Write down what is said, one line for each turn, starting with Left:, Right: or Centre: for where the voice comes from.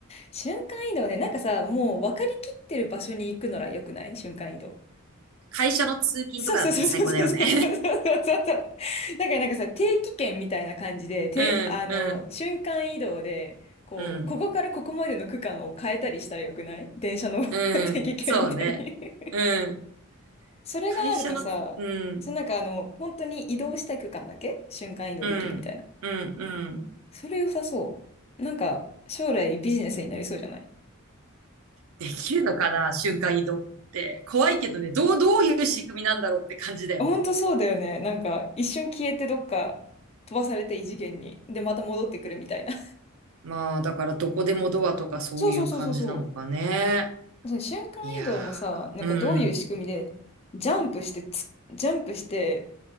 Left: 瞬間移動ね。なんかさ、もう分かりきってる場所に行くのら良くない瞬間移動。
Right: 会社の通勤とかだったら最高だよね。
Left: そうそうそうそうそうそうそうそうそう。だからなんかさ、定期券みたいな感じで、
Right: <laughs>
Left: テレ、
Right: うん、
Left: あの、
Right: うん、
Left: 瞬間移動で、こう、
Right: うん、
Left: ここからここまでの区間を変えたりしたら良くない電車の
Right: うん、
Left: <laughs> 定期券みたいに
Right: そうね。うん。
Left: それがあるとさ、
Right: 会社の、うん。
Left: そのなんかあの、本当に移動したい区間だけ瞬間移動できるみたいな。
Right: うん、うん、うん。
Left: それ良さそう。なんか、将来ビジネスになりそうじゃない
Right: できるのかな、瞬間移動って。怖いけどね、どう、どういう仕組みなんだろうって感じだよね。
Left: ほんとそうだよね。なんか、一瞬消えてどっか飛ばされて異次元に。で、また戻ってくるみたいな。
Right: まあ、だからどこでもドアとかそういう感じなのかね。
Left: <laughs> そうそうそうそうそう。その瞬間移動もさ、
Right: いや
Left: なんかどういう仕組みで、
Right: ー、うん。
Left: ジャンプしてつ、ジャンプして